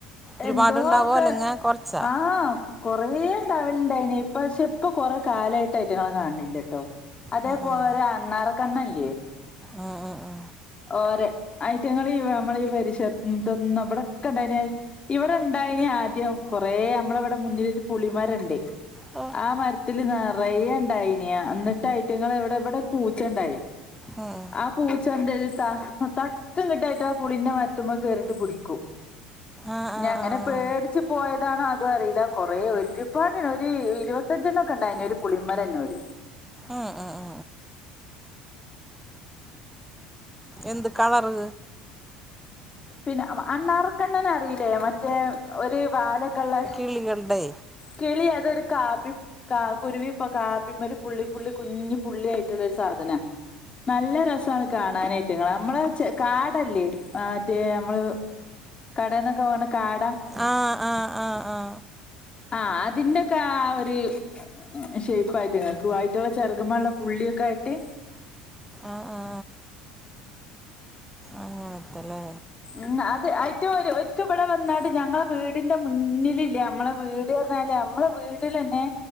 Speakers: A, in the centre; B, on the left.
A: ഒരുപാടുണ്ടാവോ
B: എന്തോ ഒക്കെ
A: അല്ലെങ്കിൽ കുറച്ചാ
B: ആ. കൊറേണ്ടാവല്ണ്ടേനി പക്ഷെ ഇപ്പ കൊറേ കാലായിട്ട് അയിറ്റിങ്ങളെ കാൺണില്ലട്ടോ. അതേപോലെ
A: ഉം, ഉം.
B: അണ്ണാറക്കണ്ണല്ല്യേ?
A: ഉം ഉം ഉ
B: ഓര ഐറ്റങ്ങള് ഈ നമ്മള ഈ പരിസരതൊന്നും ഇവിടൊക്കേണ്ടയീന്യ, ഇവിടെണ്ടായിന് ആദ്യം കൊറേ അമ്മള ഇവിടെ മുന്നിലൊരു പുളിമരണ്ട്.
A: ആ
B: ആ മരത്തില് നിറയഇണ്ടായിന്യേ എന്നിട്ട് ഐറ്റങ്ങള് എവിടെ ഇവടെ ഒരു പൂച്ചണ്ടായി.
A: ഉം.
B: ആപൂച്ചന്തരി. തക്കം കിട്ടിയ ആയിറ്റ്യേളെ പുളിന്റെ മരത്തുമ കേറിട്ട് പുടിക്കും
A: ആ ആ
B: ഞ്യങ്ങനെ
A: ആ ആ.
B: പേടിച്ച് പോയതാണോ അതും അറീല കൊറേ ഒരുപാട് ഒരു ഇരുപത്തഞ്ചെണ്ണം ഒക്കെ ഉണ്ടായിന് ഒരു പുളിമരന്നോര്
A: ആ ആ ആ. എന്ത് കളറ്?
B: പിന്നെ അണ്ണാറൊക്കെണ്ണന അറീല്ലേ, മറ്റേ ഒരു വാലൊക്കെള്ളെ
A: കിളികൾടെ
B: കിളി അതൊരു കാപ്പി കാ കുരുവി ഇപ്പൊ കാപ്പിമ്മൽ പുള്ളിപ്പുള്ളി കുഞ്ഞി പുള്ളി ആയിറ്റ്ള്ള ഒരു സാധനാ നല്ല രസാണ് കാണാനയിറ്റങ്ങളെ അമ്മളേ ചെ കാടല്ലേ ഏ മറ്റേ നമ്മള് കടേന്നൊക്കെ വാങ്ണ കാടാ.
A: ആ ആആആ.
B: ആഅതിന്റൊക്കെ ആ ഒര് ആ ഷേപ്പായിറ്റ് ക്കുവായിറ്റളെ ചെറ്ഗമ്മെള്ള പുള്ളിയൊക്കായിട്ട്
A: ആആ. അങ്ങനത്തെല്ലേ
B: ഉം അത് അയ്റ്റവരും ഒരിക്കെ ഇവിടെ വന്നാണ്ട് ഞങ്ങളെ വീടിന്റെ മുന്നിലില്ലേ നമ്മളെ വീ ടി വ ന്നാൽ നമ്മളെ വീടി ലന്നേ